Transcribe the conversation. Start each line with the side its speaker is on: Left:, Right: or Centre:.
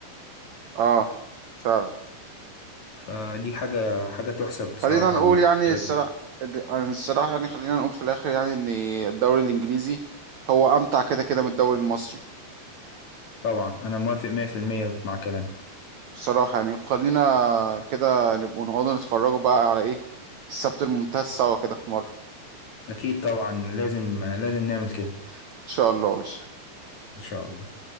Right: اه فعلا
Left: فدي حاجة حاجة تحسب بصراحة
Right: خلينا نقول
Left: للفرقة
Right: يعني الصراحه
Left: دي.
Right: الصراحه يعني خلينا نقول في الاخر يعني ان الدوري الانجليزي هو امتع كده كده من الدوري المصري
Left: طبعا أنا موافق 100% مع كلامك
Right: بصراحه يعني خلينا كده نبقوا نقعدوا نتفرجوا بقى على ايه السبت الممتاز سوا كده في مره
Left: أكيد طبعا لازم لازم نعمل كده
Right: ان شاء الله يا باشا
Left: إن شاء الله